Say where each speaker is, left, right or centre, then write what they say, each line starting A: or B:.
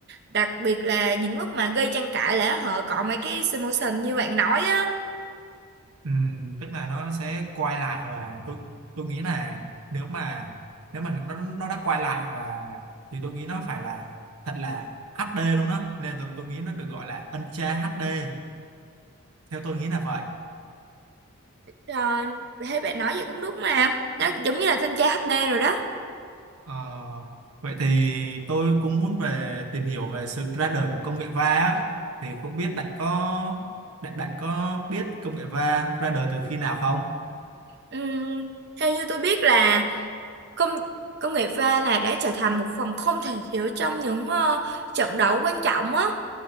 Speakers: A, on the right; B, on the right.
A: Đặc biệt là những lúc mà gây tranh cãi là họ cọ mấy cái simulation như bạn nói á.
B: Ừ, tức là nó sẽ quay lại và tôi tôi nghĩ là nếu mà nếu mà nó nó đã quay lại và thì tôi nghĩ nó phải là thật là HD luôn á nên tôi tôi nghĩ nó được gọi là Ultra HD theo tôi nghĩ là vậy.
A: À, thấy bạn nói vậy cũng đúng mà. Nó giống như là thanh tra HD rồi đó.
B: Ờ, vậy thì tôi cũng muốn về tìm hiểu về sự ra đời của công nghệ va á. Thì không biết bạn có bạn bạn có biết công nghệ va ra đời từ khi nào không?
A: Ừm, theo như tôi biết là công công nghệ va là đã trở thành một phần không thể thiếu trong những ờ, trận đấu quan trọng á.